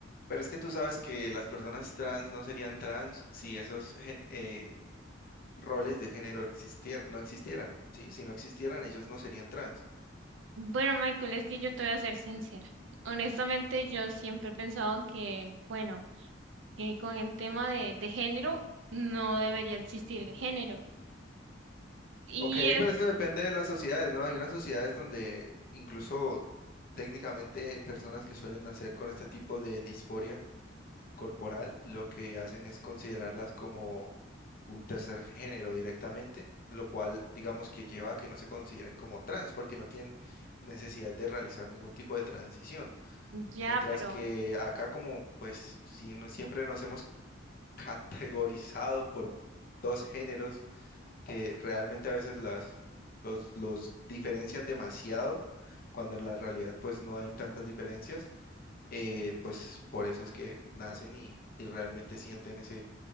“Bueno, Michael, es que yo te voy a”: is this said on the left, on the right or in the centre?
Right